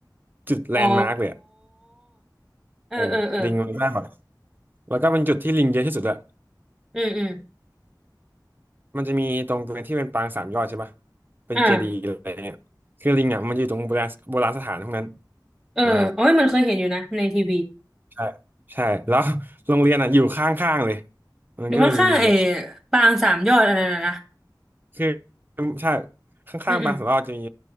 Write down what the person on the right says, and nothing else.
จุดแลนด์มาร์กเลยอะ
เออลิงมันก็แบบ แล้วก็เป็นจุดที่ลิงเยอะที่สุดอะ
มันจะมีตรงบริเวณที่เป็นปางสามยอดใช่ปะเป็นเจดีย์อะไรเงี้ยคือลิงอะมันอยู่ตรงโบราณโบราณสถานพวกนั้น
อ่าใช่ใช่แล้วโรงเรียนอะอยู่ข้างๆเลยมันก็เลยมีลิงเยอะ
คือใช่ข้างๆปางสามยอดจะมี